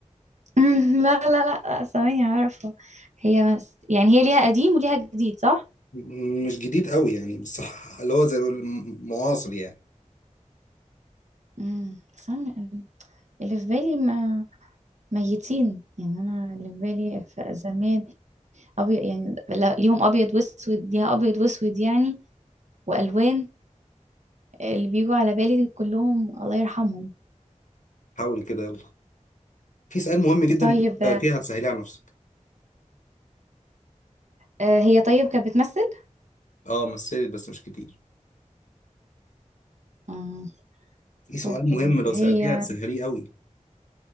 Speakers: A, on the right; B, on the left.
A: مم، لا لا لا لا، ثواني عارفه هي مس... يعني هي ليها قديم وليها جديد صح
B: م- مش جديد قوي يعني بس ح- اللي هو زي م- معاصر يعني
A: امم استنى أنا- اللي في بالي ما ميتين يعني انا اللي في بالي في زمان أبي... يعني لا... ليهم ابيض واسود ليها ابيض واسود يعني والوان اللي بيجوا على بالي كلهم الله يرحمهم
B: حاول كده يلا في سؤال مهم جدا
A: طيب
B: إنت لو سألتيه هتسهليه على نفسك
A: آه، هي طيب كانت بتمثل
B: آه مثلت بس مش كتير
A: مم.
B: في سؤال
A: طيب
B: مهم لو
A: هي
B: سألتيه هتسهليه قوي